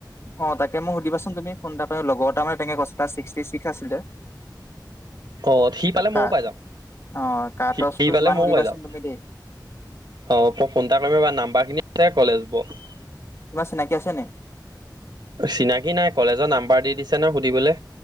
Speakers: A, on the left; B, on the right.
A: অঁ তাকে মো সুধিবাচোন তুমি, ফোন এটা পাই লগৰতা মানে তেনকে <unintelligible> কথা ছিক্সটি ছিক্স আছিলে।
B: অ সি পালে
A: কাক,
B: ময়ো পাই যাম
A: অ কাটচটো
B: সি পালে
A: কিমান
B: ময়ো
A: সুধিবাচোন
B: পাই যাম
A: তুমি দেই।
B: অ মই ফোন এটা কৰিমে বা নাম্বাৰ খিনি কলেজ ব <unintelligible>
A: তোমান চিনাকি আছে নি?
B: চিনাকি নাই কলেজত নাম্বাৰ দি দিছে নয় সুধিবলে।